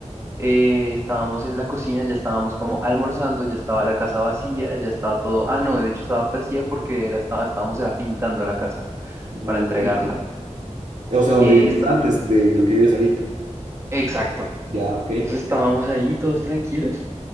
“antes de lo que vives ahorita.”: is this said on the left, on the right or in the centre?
Right